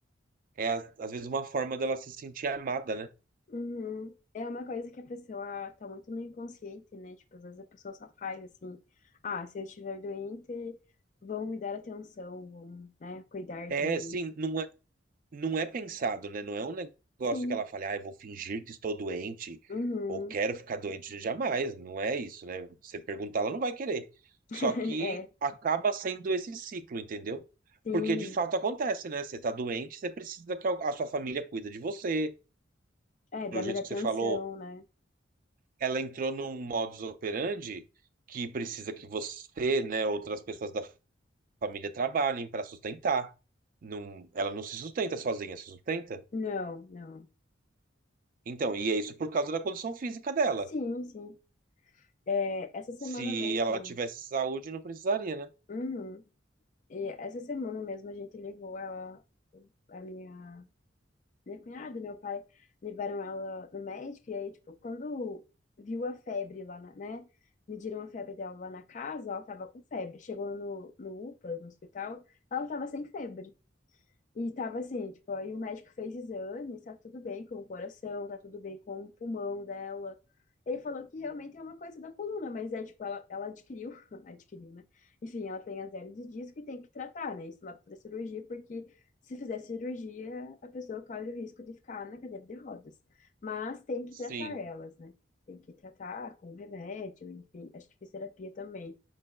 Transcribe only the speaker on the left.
Uhum. É uma coisa que a pessoa tá muito no inconsciente, né? Tipo, às vezes a pessoa só faz assim, ah, se eu estiver doente, vão me dar atenção, vão, né, cuidar
de mim.
Sim.
Uhum.
<laughs>
É,
sim.
É, dá
mais
atenção,
né?
Não, não.
Sim, sim. É, essa semana
mesmo.
Uhum. E essa semana mesmo a gente levou ela, a minha minha cunhada e meu pai levaram ela no médico, e aí, tipo, quando viu a febre lá, na- né? Mediram a febre dela lá na casa, ela tava com febre. Chegou no, no UPA, no hospital, ela tava sem febre. E tava assim, tipo, aí o médico fez exames, tá tudo bem com o coração, tá tudo bem com o pulmão dela. Ele falou que realmente é uma coisa da coluna, mas é tipo, ela, ela adquiriu, <laughs> adquiriu, né? Enfim, ela tem azélio de disco e tem que tratar, né? Isso lá pra fazer cirurgia, porque se fizer cirurgia, a pessoa corre o risco de ficar na cadeira de rodas. Mas tem que
tratar elas, né? Tem que tratar com remédio, enfim, acho que fisioterapia também.